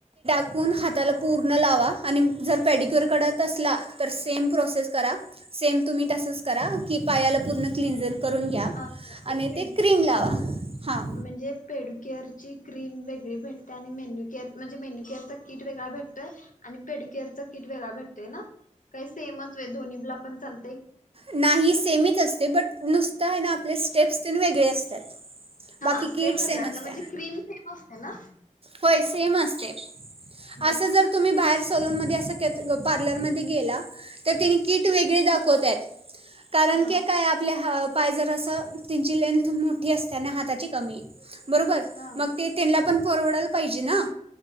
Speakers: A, on the right (about 45°); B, on the left (about 85°).
A: चिकून हाताला पूर्ण लावा आणि जर पेडिक्युअर
B: बर
A: कढत असला तर सेम प्रोसेस करा सेम तुम्ही तसच करा की पायाला पूर्ण क्लनजन करून घ्या
B: हा
A: आणि
B: एक मिनट
A: ते क्रीम लावा हां
B: म्हणजे पेडुकेअर क्रीम वेगळी भेटते आणि मेन्यू केअर म्हणजे मेन्यू केअरचा कट वेगळा भेटतय आणि पेडअर किट वेगळा भेटते ना काही सेमच दोन्हीला पण चालतंय
A: नाही सेमीच असते बट नुसतं आहे ना आपले स्टेप्स ते वेगळे असतात
B: हा
A: बाकी
B: स्टेप
A: किट
B: वेगळ्या
A: सेम
B: असत
A: असते
B: म्हणजे क्रीम सेम असते ना
A: होय सेम असतय
B: बर
A: अस जर तुम्ही बा सलून मधे अस पार्लर मधे गेला तर तिने किट वेगळे दाखवतात कारण
B: हा
A: की काय आपल्या ह पाय जर अस त्यांची लेंथ मोठी असतेना हाताची कमी बरोबर
B: हा
A: मग ते त्यांना पण परवडलं पाहिजे ना